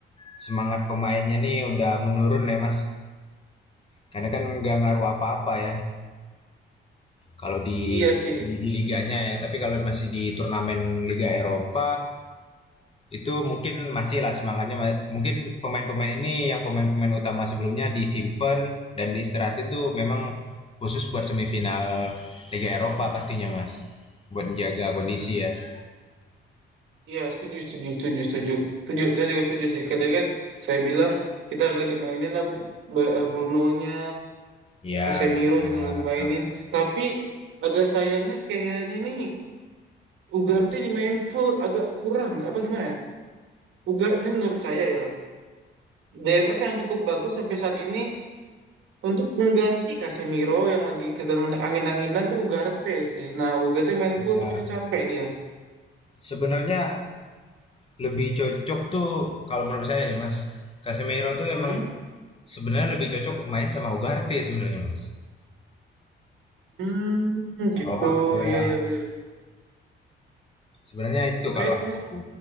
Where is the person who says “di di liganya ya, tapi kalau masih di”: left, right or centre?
Left